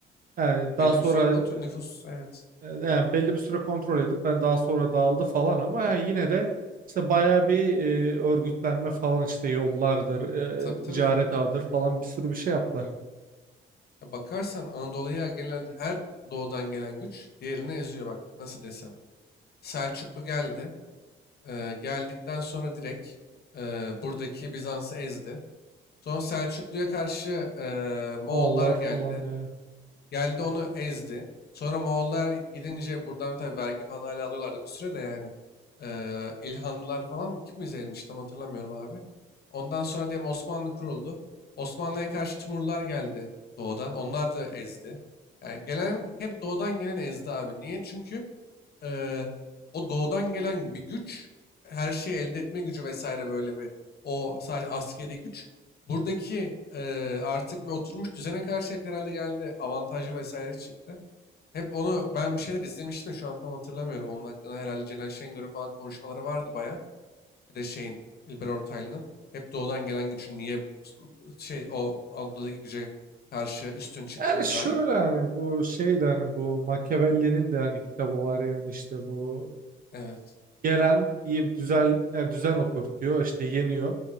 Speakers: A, on the right; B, on the left.
A: Yani daha
B: Belli
A: sonra
B: bir süre kontrol nüfus evet.
A: e, yani belli bir süre kontrol edip ben daha sonra dağıldı falan ama yani yine de işte bayağı bir e, örgütlenme falan işte yollardır,
B: Tabii
A: e, ticaret
B: tabii.
A: ağıdır falan bir sürü bir şey yaptılar.
B: Ya bakarsan Anadolu'ya gelen her doğudan gelen güç diğerini eziyor bak nasıl desem. Selçuklu geldi. Ee, geldikten sonra direkt e, buradaki Bizans'ı ezdi. Sonra Selçuklu'ya karşı e, Moğollar
A: Moğollar
B: geldi.
A: falan. evet.
B: Geldi onu ezdi. Sonra Moğollar gidince buradan tabii vergi falan hala alıyorlardı bir süre de yani. Ee, İlhanlılar falan mı? Kim izlemiş tam hatırlamıyorum abi. Ondan sonra diyelim Osmanlı kuruldu. Osmanlı'ya karşı Timurlar geldi doğudan. Onlar da ezdi. Yani gelen hep doğudan gelen ezdi abi. Niye? Çünkü eee, o doğudan gelen bir güç, her şeyi elde etme gücü vesaire böyle bir o sadece askeri güç. Buradaki eee, artık bir oturmuş düzene karşı hep herhalde geldi avantajı vesaire çıktı. Hep onu ben bir şeyler izlemiştim de şu an tam hatırlamıyorum. Onun hakkında herhalde Ceren Şengör'ün falan konuşmaları vardı baya. Bir de şeyin İlber Ortaylı'nın hep doğudan gelen gücün niye şey o Anadolu'daki güce karşı üstün çıktığına
A: Yani şöyle
B: dair.
A: hani bu şey de hani bu Machiavelli'nin de hani kitabı var yani işte bu
B: Evet.
A: gelen iyi bir düzen, yani düzen oturtuyor işte yeniyor.